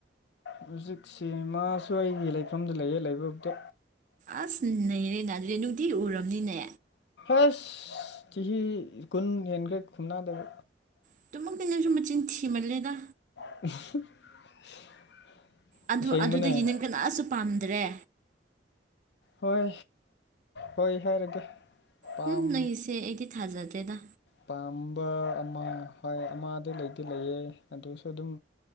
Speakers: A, on the left (about 65°); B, on the right (about 45°).
A: ꯍꯧꯖꯤꯛ ꯁꯤꯅꯦ ꯃꯥꯁꯨ ꯑꯩꯒꯤ ꯂꯩꯐꯝꯗ ꯂꯩꯌꯦ ꯂꯩꯕꯕꯨꯗꯤ
B: ꯑꯁ ꯅꯔꯦꯅ ꯑꯗꯨꯗꯤ ꯅꯨꯡꯗꯤ ꯎꯔꯝꯅꯤꯅꯦ
A: ꯑꯁ ꯆꯍꯤ ꯀꯨꯟ ꯍꯦꯟꯈ꯭ꯔꯦ ꯈꯨꯝꯅꯗꯕ
B: ꯑꯗꯨꯃꯛꯇꯤ ꯅꯪꯁꯨꯨꯝ ꯃꯆꯤꯟ ꯊꯤꯃꯜꯂꯦꯗ
A: <unintelligible>
B: ꯑꯗꯨ
A: ꯑꯁꯦꯡꯕꯅꯦ
B: ꯑꯗꯨꯗꯒꯤ ꯅꯪ ꯀꯅꯥꯁꯨ ꯄꯥꯝꯗ꯭ꯔꯦ
A: ꯍꯣꯏ ꯍꯣꯏ ꯍꯥꯏꯔꯒꯦ ꯄꯥꯝ
B: ꯍꯨꯝ ꯅꯪꯒꯤꯁꯦ ꯑꯩꯗꯤ ꯊꯥꯖꯗ꯭ꯔꯦꯗ
A: ꯄꯥꯝ ꯕ ꯑꯃ ꯍꯣꯏ ꯑꯃꯗ ꯂꯩꯗꯤ ꯂꯩꯌꯦ ꯑꯗꯨꯁꯨ ꯑꯗꯨꯝ